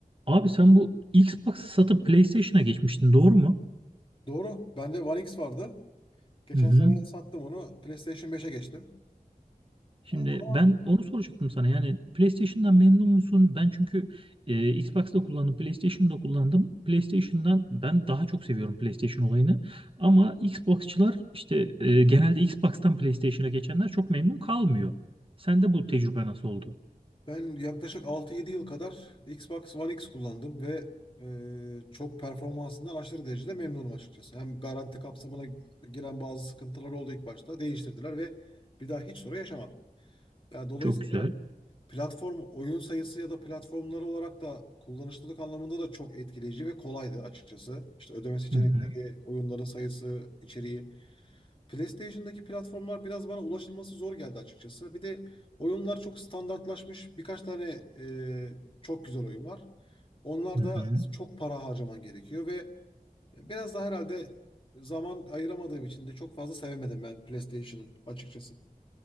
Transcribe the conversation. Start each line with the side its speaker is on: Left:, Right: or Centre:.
Right: Abi sen bu Xbox'ı satıp PlayStation'a geçmiştin doğru mu?
Left: Doğru. Bende One X vardı. Geçen
Right: Hı hı.
Left: sene sattım onu. PlayStation 5'e geçtim.
Right: Şimdi
Left: Ama
Right: ben onu soracaktım sana. Yani PlayStation'dan memnun musun? Ben çünkü e, Xbox'ta kullandım, PlayStation'da kullandım. PlayStation'dan ben daha çok seviyorum PlayStation olayını. Ama Xbox'çılar işte e, genelde Xbox'tan PlayStation'a geçenler çok memnun kalmıyor. Sende bu tecrübe nasıl oldu?
Left: ben yaklaşık altı yedi yıl kadar Xbox One X kullandım ve e, çok performansından aşırı derecede memnunum açıkçası. Hem garanti kapsamına giren bazı sıkıntılar oldu ilk başta. Değiştirdiler ve bir daha hiç sorun yaşamadım. Yani dolayısıyla
Right: Çok güzel.
Left: platform oyun sayısı ya da platformları olarak da kullanışlılık anlamında da çok etkileyici ve kolaydı açıkçası. İşte ödeme seçenekleri,
Right: Hı hı.
Left: oyunların sayısı, içeriği. PlayStation'daki platformlar biraz bana ulaşılması zor geldi açıkçası. Bir de oyunlar çok standartlaşmış. Birkaç tane e, çok güzel oyun var. Onlar
Right: Hı hı.
Left: da çok para harcaman gerekiyor ve biraz da herhalde zaman ayıramadığım için de çok fazla sevemedim ben PlayStation'ı açıkçası.